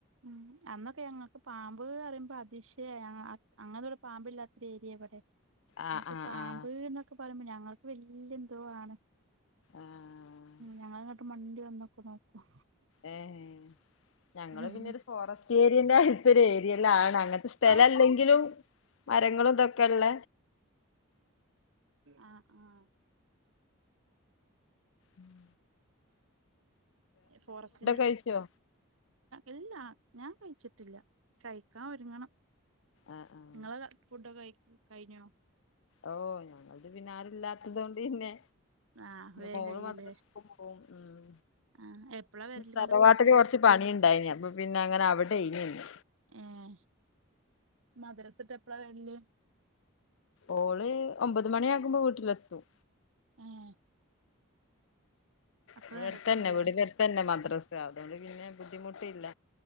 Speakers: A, on the right; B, on the left.
A: ഉം അന്നൊക്കെ ഞങ്ങക്ക് പാമ്പ് ന്ന് പറയുമ്പോ അതിശയാ അ അങ്ങനൊ പാമ്പില്ലാത്തൊര് ഏരിയാ വ്ടെ,
B: ആഹ്
A: എന്നിട്ട്
B: ആഹ്
A: പാമ്പ്
B: ആഹ്
A: ന്ന് ക്കെ പറയുമ്പോ ഞങ്ങൾക്ക് വല്ല്യന്തോ ആണ്,
B: ആഹ്
A: ഞങ്ങള് മണ്ടി വന്നൊക്കെ നോക്കും
B: ഏഹ് ഏഹ് ഞ ഞങ്ങള്
A: ഉം
B: പിന്നെ ഒരു ഫോറസ്റ്റ് ഏരിയന്റെ ത്തെരു ഏരിയേലാണ്, അങ്ങനത്തെ സ്ഥലം
A: ആഹ്
B: അല്ലെങ്കിലും മരങ്ങളും ഇതൊക്കെള്ള
A: ആഹ് ആഹ്
B: ഉം
A: ഫോറസ്റ്റിന്
B: കഴിച്ചോ
A: ഇല്ലാ ഞാൻ കഴിച്ചിട്ടില്ല, കഴിക്കാൻ ഒരുങ്ങണം
B: ആഹ് ആഹ്
A: ങ്ങള് ഫുഡൊക്കെ കയ് കയിഞ്ഞോ
B: ഓഹ് ഞങ്ങൾക്ക് പിന്നെ ആരുല്ലാത്തതോണ്ട് പിന്നെ
A: ആഹ് വേഗം
B: മോള്
A: കഴിയൂലേ
B: മാത്രം സ്കൂള്ക്ക് പോകും ആഹ്
A: ആഹ് എപ്പളാ വരല്
B: തറവാട്ടില്
A: മദ്രസ വിട്ട്
B: കുറച്ച് പണി ഉണ്ടായിന്നു, അപ്പ പിന്നെ അങ്ങനെ അവിടെയ് ഞ്ഞു
A: ഏഹ് മദ്രസ്ട്ട് എപ്പളാ വരല്
B: ഓള് ഒമ്പത് മണിയാകുമ്പോ വീട്ടിലെത്തും
A: ആഹ് അത്ര
B: ഇവിടെ
A: നേരൊക്കെണ്ട്ല്ലേ
B: അടുത്തന്നെ, വീടിന്റെ അടുത്ത് തന്നെ മദ്രസ, അതുകൊണ്ട് പിന്നെ ബുദ്ധിമുട്ടില്ല